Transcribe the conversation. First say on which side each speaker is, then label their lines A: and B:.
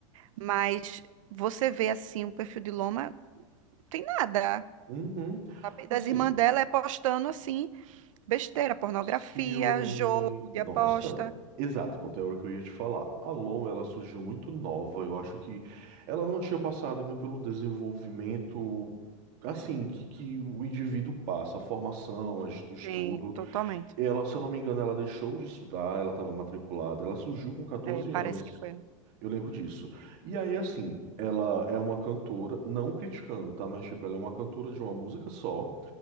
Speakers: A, on the right; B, on the right.
A: mas você vê assim, o perfil de Loma, tem nada.
B: Uhum.
A: Sabe? Das
B: Assim,
A: irmãs dela é postando assim, besteira, pornografia,
B: Se eu não
A: jogo
B: me.
A: de
B: Nossa!
A: aposta.
B: Exato, pronto, é o que eu ia te falar. A Loma, ela surgiu muito nova. Eu acho que ela não tinha passado ainda pelo desenvolvimento, assim, que, que o indivíduo passa, a formação, a es- o estudo.
A: Sim, totalmente.
B: Ela, se eu não me engano, ela deixou de estudar, ela estava matriculada, ela surgiu com 14
A: É, parece
B: anos.
A: que foi.
B: Eu lembro disso. E aí, assim, ela é uma cantora, não criticando, tá? Mas, tipo, ela é uma cantora de uma música só